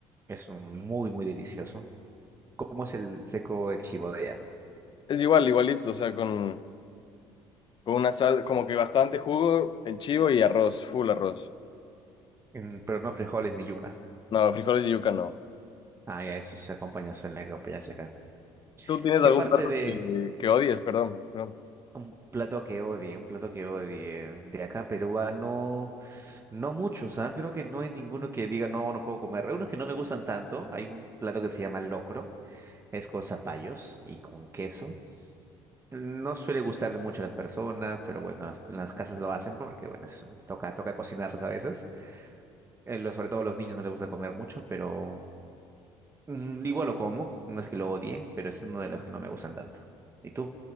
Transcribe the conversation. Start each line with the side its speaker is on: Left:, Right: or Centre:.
Right: Es un muy, muy delicioso. ¿Cómo es el seco de chivo de allá?
Left: Es igual, igualito, o sea, con, con una sal, como que bastante jugo, el chivo y arroz, full arroz.
Right: En- pero no frijoles ni yuca.
Left: No, frijoles y yuca no.
Right: Ah, ya, eso se acompaña, suele acompañarse acá.
Left: ¿Tú tienes
Right: ¿Qué
Left: algún
Right: parte
Left: plato
Right: de,
Left: que, que odies? Perdón, perdón.
Right: Un plato que odie, un plato que odie. De acá peruano, no mucho, ¿sabes? Creo que no hay ninguno que diga, no, no puedo comer. Hay unos que no me gustan tanto. Hay un plato que se llama locro, es con zapallos y con queso. No suele gustarle mucho a las personas, pero bueno, las, las casas lo hacen porque, bueno, es- toca, toca cocinarlas a veces. Eh, lo- sobre todo a los niños no les gusta comer mucho, pero mm, igual lo como. No es que lo odie, pero es uno de los que no me gustan tanto. ¿Y tú?